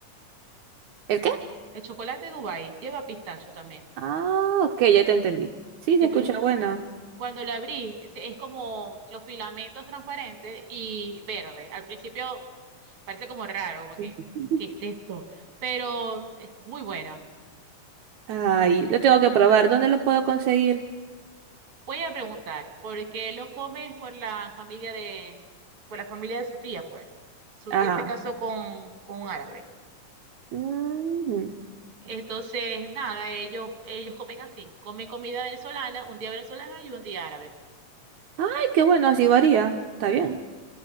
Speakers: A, on the right; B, on the right.
A: ¿El qué?
B: El chocolate Dubai lleva pistacho también.
A: Ah, ok, ya te entendí. Sí,
B: Sí,
A: se escucha
B: pero
A: bueno.
B: cuando lo abrí, es es como los filamentos transparentes y verde. Al principio parece como raro, como que,
A: <laughs>
B: ¿qué es esto? Pero es muy buena.
A: Ay, lo tengo que probar. ¿Dónde lo puedo conseguir?
B: Voy a preguntar, ¿por qué lo comes por la familia de, por la familia de su tía, pues? Su
A: Ajá.
B: tía se casó con, con un árabe.
A: Mm.
B: Entonces, nada, ellos, ellos comen así, comen comida venezolana, un día venezolana y un día árabe.
A: Ay, qué bueno, así varía. Está bien.
B: Ujú.